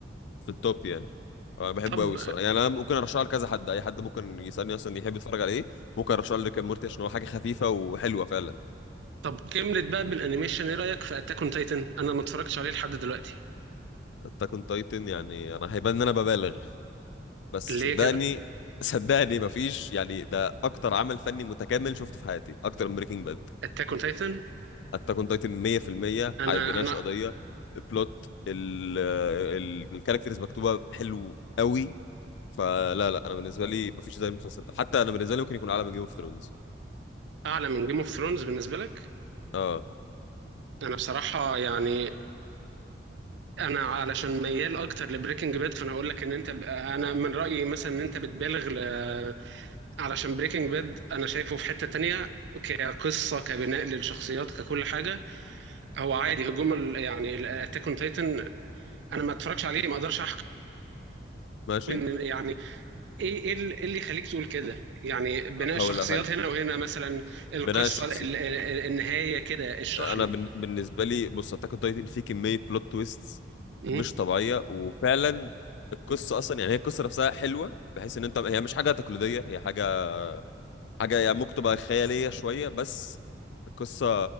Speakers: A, on the left; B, on the right.
A: في التوب يعني آه، أنا بحبه
B: طب
A: قوي الصراحة يعني أنا ممكن أرشحه لكذا حد أي حد ممكن يسألني أصلا يحب يتفرج على إيه ممكن أرشحه لكام مورتي عشان هو حاجة خفيفة وحلوة فعلا
B: طب كملت بقى بالانيميشن ايه رايك في اتاك اون تايتن انا ما اتفرجتش عليه لحد دلوقتي
A: أتاك أون تايتن يعني أنا هيبان إن أنا ببالغ بس
B: ليه
A: صدقني
B: كده
A: صدقني مفيش يعني ده أكتر عمل فني متكامل شفته في حياتي أكتر من بريكنج باد
B: اتاك اون تايتن
A: أتاك أون تايتن 100%
B: انا
A: عا- بيناقش
B: انا
A: قضية البلوت ال- ال- الكاركترز مكتوبة حلو قوي فلا لا انا بالنسبه لي مفيش زي المسلسل ده حتى انا بالنسبه لي ممكن يكون اعلى من جيم اوف ثرونز
B: اعلى من جيم اوف ثرونز بالنسبه لك
A: اه
B: انا بصراحه يعني انا علشان ميال اكتر لبريكنج باد فانا اقول لك ان انت انا من رايي مثلا ان انت بتبالغ ل... علشان بريكنج باد انا شايفه في حته تانية كقصه كبناء للشخصيات ككل حاجه هو عادي هجوم ال... يعني اتاك اون تايتن انا ما اتفرجش عليه ما اقدرش احكم
A: ماشي
B: إن- يعني ايه ايه ال- إيه اللي يخليك تقول كده يعني بناء
A: هقول
B: الشخصيات
A: لك هن-
B: هنا وهنا مثلا القصه
A: بناء الشخصيه
B: ال- ال- النهايه كده اشرح
A: انا
B: لي
A: بن- بالنسبه لي بص اتاك اون تايتن فيه كميه بلوت تويست
B: مم.
A: مش طبيعيه وفعلا القصه اصلا يعني هي القصه نفسها حلوه بحيث ان انت هي مش حاجه تقليديه هي حاجه حاجه يعني ممكن تبقى خياليه شويه بس القصه